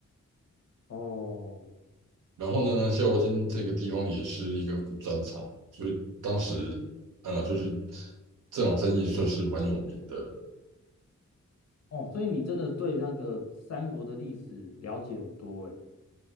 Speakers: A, on the left; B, on the right.
A: 哦
B: 然后呢，逍遥津这个地方也是一个古战场，所以当时呃，就是这场战役算是蛮有名的。
A: 哦，所以你真的对那个三国的历史了解很多哎。